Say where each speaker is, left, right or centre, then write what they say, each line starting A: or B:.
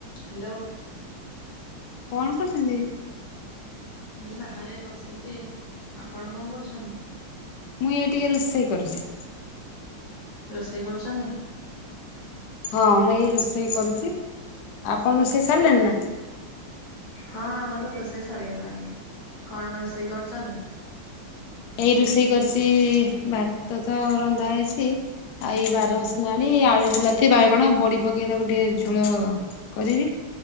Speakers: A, on the left; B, on the left.
A: Hello.
B: କଣ କରୁଛନ୍ତି?
A: ଏଇ ବାହାରେ ବସିଚି ଆପଣ କଣ କରୁଛନ୍ତି?
B: ମୁଁ ଇଏ ଟିକେ ରୋଷେଇ କରୁଛି।
A: ରୋଷେଇ କରୁଛନ୍ତି?
B: ହଁ ମୁଁ ଏଇ ରୋଷେଇ କରୁଛି ଆପଣ ରୋଷେଇ ସାରିଲେଣି ନା?
A: ହଁ ଆମର ରୋଷେଇ ସରିଗଲାଣି କଣ ରୋଷେଇ କରୁଛନ୍ତି।
B: ଏଇ ରୋଷେଇ କରିଛି ଭାତ ତ ରନ୍ଧା ହେଇଛି। ଆଉ ଏଇ ବାର ବସି ନାଡି ଆଳୁ ବୁିଲାତି ବାଇଗଣ ବଡି ପକେଇ ତାକୁ ଟିକେ ଝୋଳ କରିବି